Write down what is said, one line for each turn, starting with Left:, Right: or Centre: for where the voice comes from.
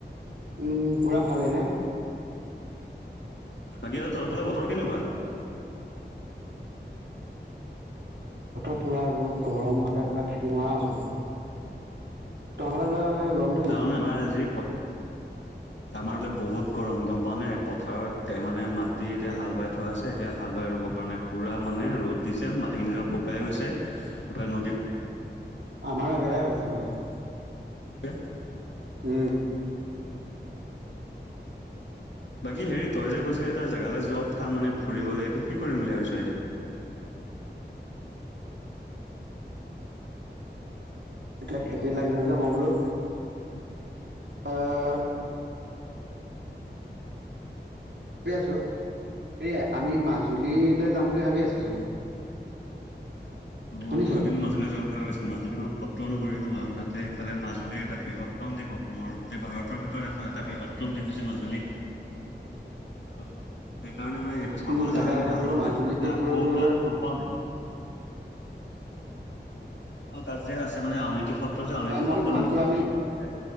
Right: উম পুৰা খালে নে।
Left: বাকি আৰু তহতৰ ফালে বতৰ কেনেকুৱা।
Right: বতৰ পুৰা ৰ'দ গৰম মইতাত থাকি নোৱাৰা হৈছো। <inaudible>
Left: ঝাও নামাৰ আজি পত। আমাৰ বোলে বহুত গৰম গম পাও নে পথাৰত মানে মাটি এতিয়া হাল বাই। থোৱা আছে এতিয়া হাল বাই ৰুব পৰা নাই পুৰা মানে ৰ'দ দিছে মাটিখিনিজ শুকাই গৈছে। এফালে নদী।
Right: আমাৰ একেটাই হৈছে মানে।
Left: <inaudible>
Right: উম',।
Left: বাকী হেৰি তই যে কৈছিলি এটা জেগালৈ যত থা মানে ফুৰিবলৈ এইটো কি কৰিম বুলি ভাবিছ এতিয়া।
Right: এইাক খেতিত লাগিলে যে মই বোলো আহ। ভাবি আছোঁ এই আমি মাজুলীলৈ যাম বুলি ভাবি আছিলো। শুনিছ?
Left: অ ময়ো কিন্তু মাজুলীৰ যোৱাৰ কথা কৈছিলো। মাজুলী মই সত্ৰ নগৰি নো আৰু তাতে ইফালে মাজুলীৰ এটা বৃহৎ। উ্ৰমদ্বীপ অসমৰ গোটেই ভাৰতৰ ভিতৰত এটা এটা বৃহত্তমদ্বীপ যে মাজুলী। সেইকাৰণে মানে সেইটো চাবলৈ
Right: উম তাকে
Left: যাও <unintelligible>
Right: তাকে
Left: ভাল
Right: বোলো
Left: হ'লহেতেন
Right: মাজুলীত
Left: তাতে আকৌ
Right: গৈ তোৰ
Left: তাত। হয়োৱা নাই। অ', ত যে আছে মানে অৰ্নীতি সত্ৰ যে অৰ্নীতি
Right: মই
Left: সত্ৰৰ
Right: মাত
Left: মুখা
Right: গৈ আমি
Left: শিল্প আছে।